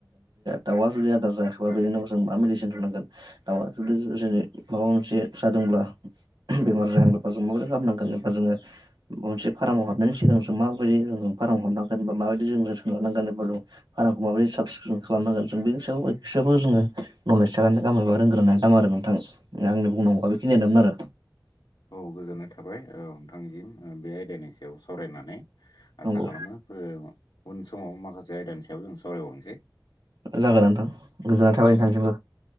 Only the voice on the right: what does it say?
दाउआ जुदि आदार जायाखैबा बेनो जों मा मेडिसि होनांगोन दाउया मा बादि माबा मोनसे जादोंब्ला बेमार जादोंबा जों माबायदि खालामामनांगोन एबा जोङो माबा मोनसे फार्म हाबनायनि सिगां जों माबायदि जों फारमाव हाबनांगोन बा माबायदि जों जोथोन लानांगोन एबा जों फार्मखौ माबायदियै साब सिखोन खालामनांगोन जों बेनि सायाव एसेब्लाबो जोङो नलेज थागोना गाहाम एबा रोंग्रोनाया गाहाम आरो नोंथां आंनि बुंनांगौआ बेखिनियानोमोन आरो
नंगौ
जागोन नोंथां। गोजोनाय थाबाय नोंथांनिसिमबो।